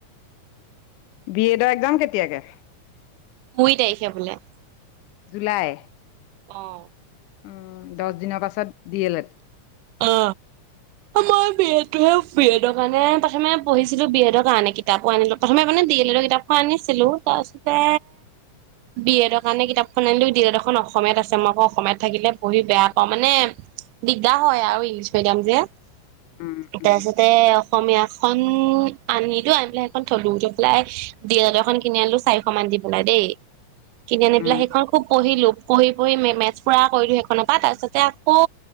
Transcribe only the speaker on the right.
দুই তাৰিখে বোলে
অ
অ মই বেয়াটো হে বি এডৰ কাৰণে প্ৰথমে পঢ়িছিলো বি এডৰ কাৰণে কিতাপো আনিলো প্ৰথমে মানে ডি এল এডৰ কিতাপখন আনিছিলো তাৰপিছতে বি এডৰ কাৰণে কিতাপখন আনিলো ডি এড এখন অসমীয়াত আছে মই আকৌ অসমীয়াত থাকিলে পঢ়ি বেয়া পাওঁ মানে দিগদাৰ হয় আৰু ইংলিছ মিডিয়াম যে
তাৰপিছতে অসমীয়াখন আনিতো আনি পেলাই সেইখন থলুটো পেলাই দ এখন কিনি আনিলো চাৰিশ মান দি পেলাই দেই কিনি আনি
পেলা সেইখন খুব পঢ়িলো পঢ়ি পঢ়ি মেছ পুৰা কৰিলো সেইখনৰ পৰা তাৰ পিছতে আকৌ